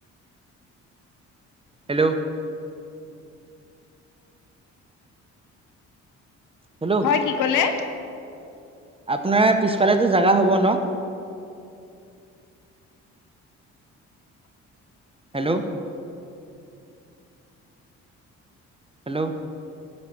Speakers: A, on the right; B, on the left.
A: হেল্ল হেল্ল'
B: হয় কি ক'লে?
A: আপোনাৰ পিছফালেতো জেগা হ'ব ন? হেল্ল হেল্ল